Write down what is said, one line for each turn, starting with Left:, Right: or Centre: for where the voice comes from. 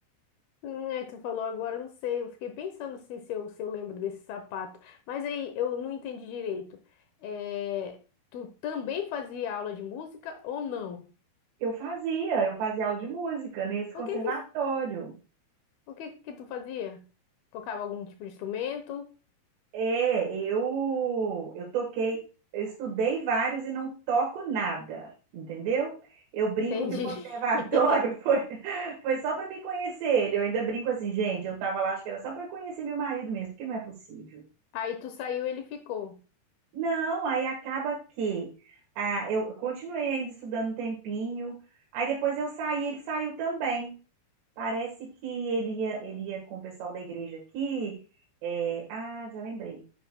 Left: Hum, é, tu falou agora, eu não sei, eu fiquei pensando assim se eu, se eu lembro desse sapato, mas aí eu não entendi direito. É, tu também fazia aula de música ou não?
Right: Eu fazia, eu fazia aula de música nesse conservatório.
Left: O que que, o que que tu fazia? Tocava algum tipo de instrumento?
Right: É, eu eu toquei, eu estudei vários e não toco nada, entendeu? Eu brinco
Left: Entendi.
Right: que o conservatório
Left: <laughs>
Right: <laughs> foi, foi só para me conhecer ele. Eu ainda brinco assim, gente, eu tava lá, acho que era só para conhecer meu marido mesmo, porque não é possível.
Left: Aí tu saiu, ele ficou.
Right: Não, aí acaba que ah, eu continuei ainda estudando um tempinho, aí depois eu saí, ele saiu também. Parece que ele ia, ele ia com o pessoal da igreja aqui. é, ah, já lembrei